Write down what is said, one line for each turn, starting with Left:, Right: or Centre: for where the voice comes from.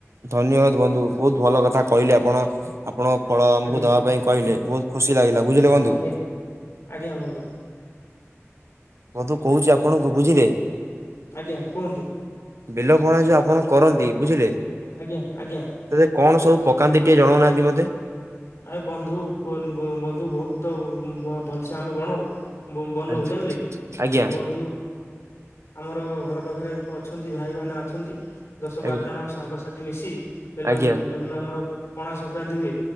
Right: ଧନ୍ୟବାଦ ବନ୍ଧୁ ବହୁତ ଭଲ କଥା କହିଲେ ଆପଣ। ଆପଣ ଫଳ ଆମକୁ
Left: ଆଜ୍ଞା
Right: ଦବା ପାଇଁ କହିଲେ ବହୁତ ଖୁସି ଲାଗିଲା ବୁଝିଲେ ବନ୍ଧୁ।
Left: ଆଜ୍ଞା ଆଜ୍ଞା ବନ୍ଧୁ।
Right: ବଧୁ କହୁଛି ଆପଣଙ୍କୁ ବୁଝିଲେ।
Left: ଆଜ୍ଞା କୁହନ୍ତୁ?
Right: ବେଲ ପଣା ଯୋଉ ଆପଣ କରନ୍ତି ବୁଝିଲେ।
Left: ଆଜ୍ଞା ଆଜ୍ଞା।
Right: ସେଥିରେ କଣ ସବୁ ପକାନ୍ତି ଟିକେ ଜଣଉନାହାନ୍ତି ମତେ।
Left: ଆ ବନ୍ଧୁ କୁହ ବନ୍ଧୁ ବହୁତ ତ ଭଲସେ ଆମେ ବଣଉ। ବନଉ
Right: ଆଜ୍ଞା
Left: ଜାଣିଲେ କି
Right: ଆଜ୍ଞା
Left: ଆମେ ବନ୍ଧୁ ଆମର ଘର ପାଖରେ ଅଛନ୍ତି ଭାଇମାନେ ଅଛନ୍ତି ଦଶ
Right: ଆଜ୍ଞା
Left: ବାର ଜଣ ସାଙ୍ଗସାଥି ମିଶି ବେଲ
Right: ଆଜ୍ଞା
Left: ଯେଉଁଦିନ ଆମର ପଣା ସଂକ୍ରାନ୍ତି ହୁଏ